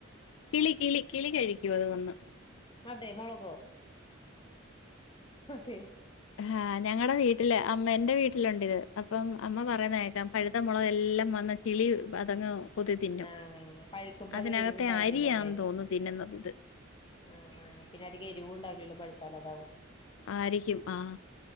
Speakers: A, on the left (about 75°); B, on the left (about 25°).
A: കിളി കിളി കിളി കഴി ക്കു അത് വന്ന്
B: അതെ മൊളകോ ഹതെ
A: ഹാ ഞങ്ങടെ വീട്ടില് അമ്മ എന്റെ വീട്ടിലുണ്ട് ഇത് അപ്പം അമ്മ പറയുന്നേക്കാം പഴുത്ത മുളക് എല്ലാം വന്ന് കിളി അതങ്ങ് കൊത്തി തിന്നും
B: ആഹ് പഴുക്കുമ്പോ
A: അതിനകത്തെ
B: അധികം എരിവുണ്ടാവില്ലല്ലോ
A: അരിയാന്ന്
B: അല്ലെ
A: തോന്നുന്നു തിന്നുന്നത് ഇത്
B: ആഹ് ആഹ് പിന്നെ അധികം എരിവും ഉണ്ടാവില്ലല്ലോ പഴുത്താല് അതാവും
A: ആരിക്കും ആഹ്